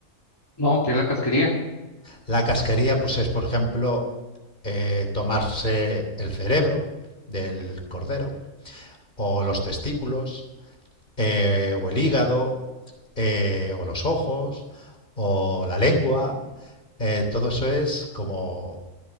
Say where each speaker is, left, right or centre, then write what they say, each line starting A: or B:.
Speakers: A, on the left (about 15°); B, on the left (about 35°).
A: No, que es la casquería.
B: La casquería pues es, por ejemplo, eh, tomarse el cerebro del cordero o los testículos eh, o el hígado eh, o los ojos o la lengua. Eh, todo eso es como